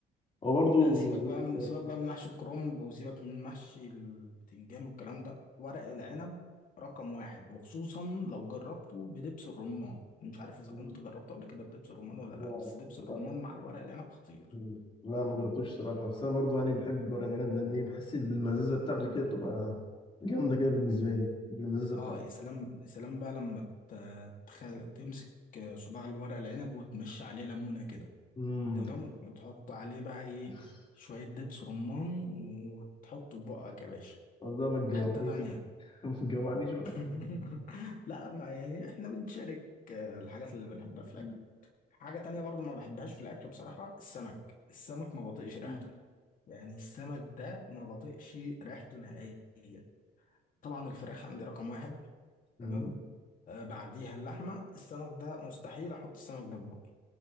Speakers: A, on the left (about 30°); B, on the left (about 55°).
A: هو برضه
B: أه،
A: بالنسبة
B: سيبك بقى
A: لي كويس
B: من سيبك بقى من محشي الكرنب وسيبك من محشي البتنجان والكلام ده ورق العنب رقم واحد وخصوصا لو جربته بدبس الرمان مش عارف اذا
A: مم.
B: كنت جربته قبل كده بدبس الرمان ولا لا
A: لا
B: بس دبس
A: لا
B: الرمان مع الورق العنب خطير
A: مم. لا ما جربتوش صراحة بس أنا برضه يعني بحب ورق العنب لأن إيه بحس إن بالمزازة بتاعته كده بتبقى جامدة كده بالنسبة لي بالمزازة بتاعته
B: اه يا سلام يا سلام بقى لما ت- تخ- تمسك صباع الورق العنب وتمشي عليه ليمونه كده
A: امم
B: تمام وتحط عليه بقى ايه
A: <laughs>
B: شوية دبس رمان وتحط في بقك يا باشا
A: والله ما تجوعنيش
B: حتة تانية
A: بقى <laughs> ما تجوعنيش بقى
B: <laughs> لا ما يعني احنا بنشارك آه، الحاجات اللي بنحبها في
A: مم.
B: الأكل حاجة تانية برضو ما بحبهاش في الأكل بصراحة السمك السمك ما بطيقش ريحته
A: مم.
B: يعني السمك ده ما بطيقش ريحته نهائيا طبعا الفراخ عندي رقم واحد
A: مم.
B: تمام آه بعديها اللحمة السمك ده مستحيل أحط السمك ده في بقي